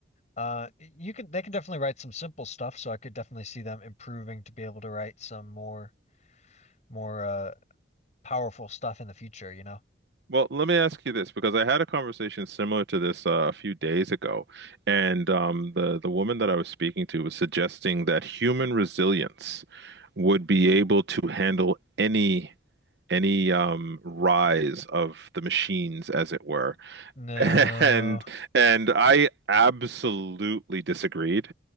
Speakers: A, on the left (about 40°); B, on the right (about 65°).
A: Uh, you could they can definitely write some simple stuff, so I could definitely see them improving to be able to write some more more uh powerful stuff in the future, you know.
B: Well, let me ask you this because I had a conversation similar to this uh, a few days ago, and um, the the woman that I was speaking to was suggesting that human resilience would be able to handle any any um, rise of the machines, as it were,
A: No,
B: <laughs> and and I absolutely disagreed.